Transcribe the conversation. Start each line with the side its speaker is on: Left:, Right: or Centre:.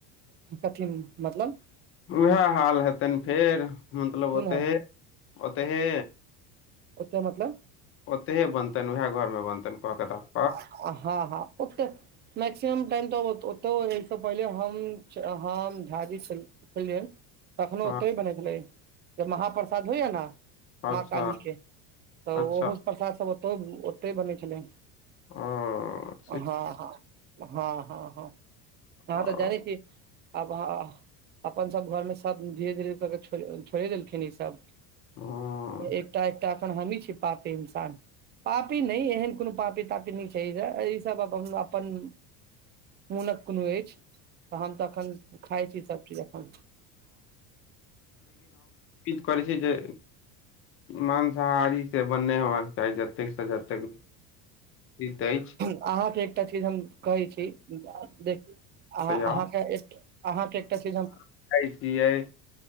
Right: कथि मतलब
Left: उएह हाल हेतनि फेर मतलब
Right: कोन
Left: ओतै
Right: है
Left: हे ओतैहे
Right: ओतऽ मतलब
Left: ओतहे बनतनि उएह घरमे बनतनि क कऽ देबहक
Right: हँ हँ ओ्ते मैक्सिमम टाइम तऽ ओतौ एहिसँ पहिले हम हम झाजी छलहुँ कैले कखनोहु
Left: हँ
Right: ओतो बनैत छलै जे महाप्रसाद होइया ने
Left: अच्छा
Right: माँ काली के तऽ
Left: अच्छा
Right: ओहो प्रसाद सब ओत ओतहि बनै छलै
Left: हँ अ
Right: हँ ह हँ हँ हँ हँ तऽ अहाँ
Left: हँ
Right: त जानय छी आब अहाँ अपन सभ घरमे सब धीरे धीरे के छोड़े देलखिन ई सब
Left: हूँ
Right: एकटा एकटा एखन हमी छी पापी इंसान पापी नहि एहन कोनो पापी तापी नहि छै ई सब अपन मोनक कोनो अछि हम तऽ एखन खाइ छी सब चीज अपन
Left: ई करै छै जे मांसाहारी से बन नहि हेबाक चाही तेइस हजार तक दित अछि
Right: अहाँके एकटा चीज हम कहै छी। देख आ
Left: तऽ
Right: अहाँके
Left: हम
Right: अहाँके एकटा चीज हम।
Left: जाइ छियै,